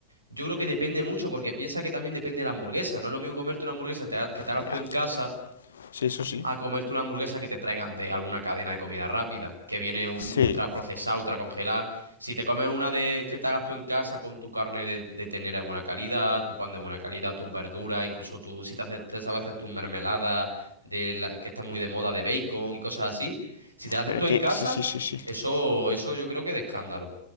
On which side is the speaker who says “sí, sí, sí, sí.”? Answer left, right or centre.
Left